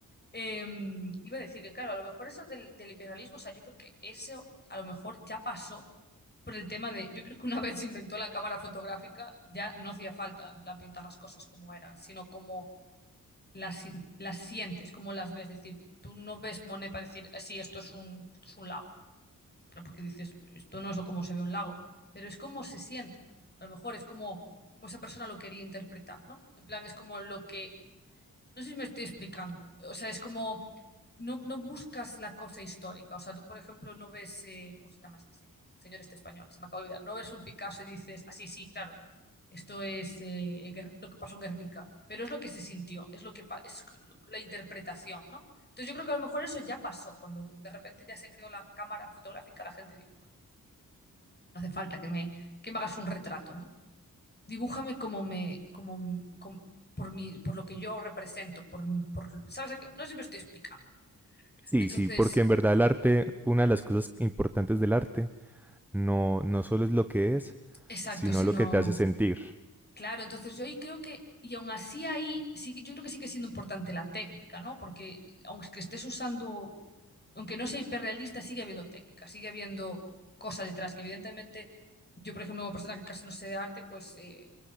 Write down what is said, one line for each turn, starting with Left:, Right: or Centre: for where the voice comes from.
Left: Eh, iba a decir que, claro, a lo mejor eso del, del imperialismo, o sea, yo creo que eso a lo mejor ya pasó por el tema de, yo creo que una <laughs> vez se inventó la cámara fotográfica, ya no hacía falta, en plan, pintar las cosas como eran, sino como las, si- las sientes, como las ves, es decir, tú no ves Monet para decir, "Ah, sí, esto es un, esto es un lago, pero porque dices, esto no es como se ve un lago, pero es como se siente, a lo mejor es como, como esa persona lo quería interpretar, ¿no? En plan, es como lo que no sé si me estoy explicando. O sea, es como, no, no buscas la cosa histórica. O sea, tú, por ejemplo, no ves, eh, ¿cómo se llama este señor? El señor este español, se me acaba de olvidar. No ves un Picasso y dices, así, sí, sí, claro, esto es eh, Guer- lo que pasó en Guernica. Pero es lo que se sintió, es lo que pa- es la interpretación, ¿no? Entonces yo creo que a lo mejor eso ya pasó. Cuando de repente ya se creó la cámara fotográfica, la gente dijo, bueno, no hace falta que me, que me hagas un retrato, ¿no? Dibújame como me, como, com- por mi, por lo que yo represento, por, por, ¿sabes? a qué? No siempre estoy explicando.
Centre: Sí,
Left: Entonces,
Centre: sí, porque en verdad el arte, una de las cosas importantes del arte, no, no solo es lo que es,
Left: exacto,
Centre: sino
Left: sino
Centre: lo que te hace sentir.
Left: Claro, entonces yo ahí creo que, y aún así ahí, sí, que- yo creo que sigue siendo importante la técnica, ¿no? Porque aunque estés usando, aunque no sea hiperrealista, sigue habiendo técnica, sigue habiendo cosa detrás, que evidentemente yo, por ejemplo, como persona que casi no sé de arte, pues eh,